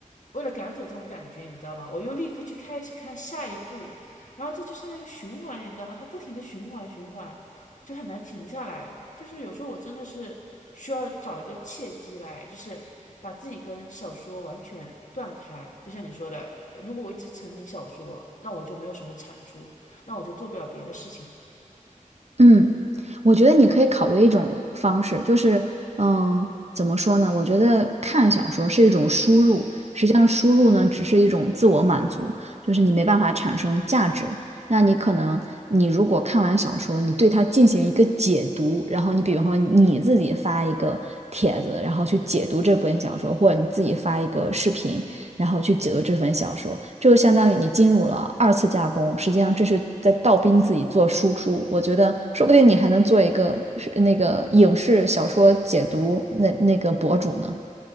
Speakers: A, on the left; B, on the right.
A: 为了赶走这种感觉，你知道吗？我又立刻去开始看下一部，然后这就像一个循环，你知道吗？它不停的循环循环，就很难停下来。就是有时候我真的是需要找一个契机来，就是把自己跟小说完全断开。就像你说的，如果我一直沉迷小说，那我就没有什么产出，那我就做不了别的事情。
B: 嗯，我觉得你可以考虑一种方式，就是，嗯，怎么说呢？我觉得看小说是一种输入，实际上输入呢，只是一种自我满足，就是你没办法产生价值。那你可能，你如果看完小说，你对它进行一个解读，然后你比如说你自己发一个帖子，然后去解读这本小说，或者你自己发一个视频，然后去解读这本小说，这就相当于你进入了二次加工，实际上这是在倒逼自己做输出。我觉得说不定你还能做一个是那个影视小说解读那那个博主呢。